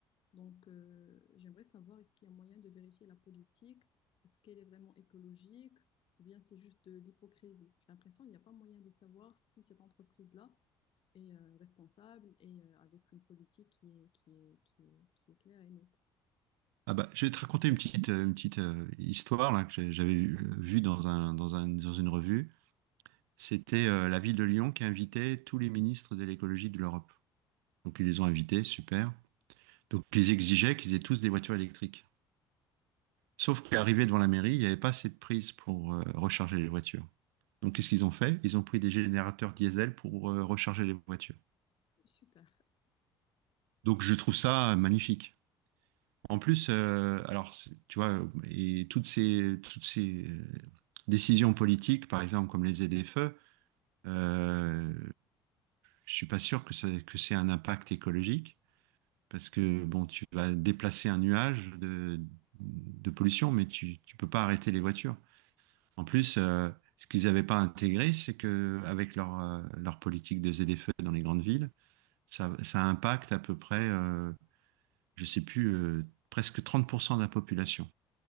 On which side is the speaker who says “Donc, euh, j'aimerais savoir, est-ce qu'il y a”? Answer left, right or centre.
Left